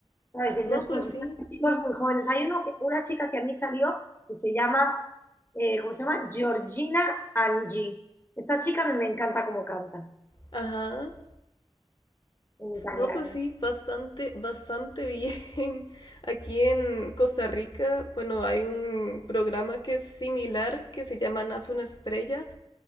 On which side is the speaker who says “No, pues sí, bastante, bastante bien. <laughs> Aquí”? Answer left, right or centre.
Left